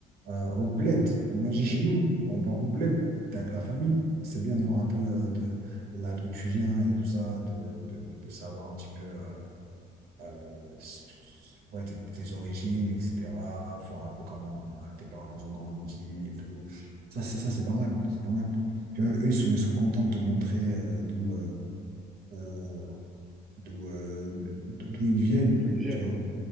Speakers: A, on the right; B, in the centre.
A: euh, au bled, on mangeait chez nous, on part au bled avec la famille. C'est bien de voir un peu euh, de là d'où tu viens et tout ça, de, de, de savoir un petit peu euh, euh, s- s- ouais, tes, tes origines, etc. Voir un peu comment euh, tes parents ont grandi et tout. Ça, ça, ça, c'est pas mal, c'est pas mal. Puis même eux, ils sont, ils sont contents de te montrer euh, d'où euh, euh, d'où euh, d'où ils viennent,
B: D'où ils viennent,
A: tu vois
B: ouais.